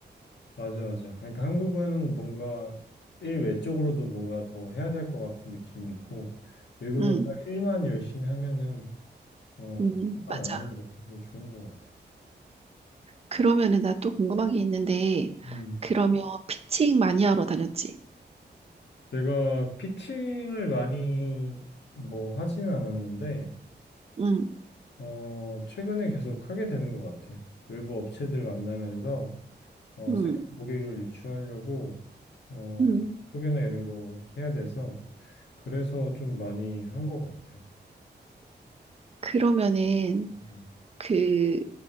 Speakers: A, on the left (about 80°); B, on the right (about 35°).
A: 맞아, 맞아. 그러니까 한국은 뭔가 일외 쪽으로도 뭔가 더 해야 될 것 같은 느낌이 있고, 외국은
B: 응,
A: 딱 일만 열심히 하면은, 어,
B: 응,
A: 상관
B: 맞아.
A: 안 하는 것 같아서 좋은 것 같아.
B: 그러면은 나 또 궁금한 게 있는데,
A: 음,
B: 그러면 피칭 많이 하러 다녔지.
A: 제가 피칭을 많이 뭐 하진 않았는데,
B: 응,
A: 어, 최근에 계속 하게 되는 것 같아. 외부 업체들 만나면서 어,
B: 응,
A: 새로운 고객을 유치하려고 어,
B: 응.
A: 제품 소개나 이런 거 해야 돼서 그래서 좀 많이 한 것 같아.
B: 그러면은
A: 음.
B: 그